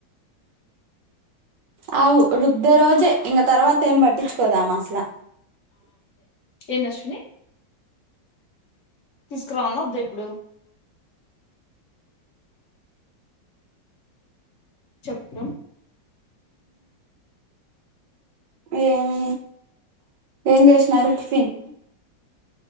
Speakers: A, on the right (about 70°); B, on the left (about 55°).
A: ఆ రుద్దే రోజే ఇంక తర్వాత ఏం పట్టించుకోదామా అసలు
B: ఎంది అశ్విని తీసుకురాలన వద్దా ఇప్పుడు చెప్ప
A: ఎమ్ ఏం చేసినారు టిఫిన్